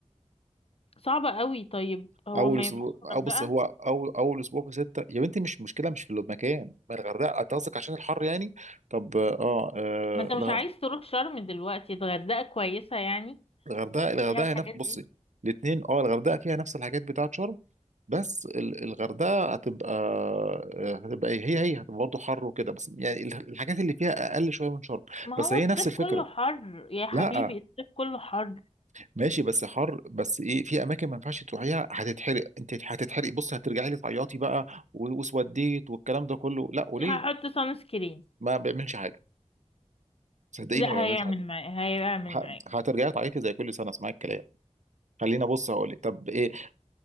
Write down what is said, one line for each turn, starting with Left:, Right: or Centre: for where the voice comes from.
Left: صعبه قوي طيب هو
Right: اول
Left: ما
Right: اسبوع
Left: ينفعش الغردقه
Right: او بص هو اول اول اسبوع في سته يا بنتي مش مشكله مش في المكان ما الغردقه انت قصدك عشان الحر يعني طب اه, آه
Left: ما انت
Right: الغ-
Left: مش عايز تروح شرم دلوقتي الغردقه كويسه يعني
Right: الغردقه الغردقه
Left: فيها الحاجات
Right: هي نفس بصي
Left: دي
Right: الاثنين اه الغردقه فيها نفس الحاجات بتاعت شرم بس ال- الغردقه هتبقى آه، هتبقى إيه؟ هي هي هتبقى برضه حر وكده بس يعني ال- الحاجات اللي فيها اقل شويه من شرم
Left: ما
Right: بس
Left: هو
Right: هي
Left: الصيف
Right: نفس الفكره
Left: كله حر يا حبيبي
Right: لا
Left: الصيف كله حر
Right: ماشي بس حر بس ايه في اماكن ما ينفعش تروحيها هتتحرق انت هتتحرق بص هترجعي لي تعيطي بقى و- وسوديت والكلام ده كله لا وليه
Left: هحط سان سكرين
Right: ما بيعملش حاجه صدقيني
Left: لا
Right: ما بيعملش
Left: هيعمل
Right: حاجه
Left: معايا هيعمل
Right: ه-
Left: معايا
Right: هترجعي تعيطي زي كل سنه اسمعي الكلام خلينا بص هقول لك طب ايه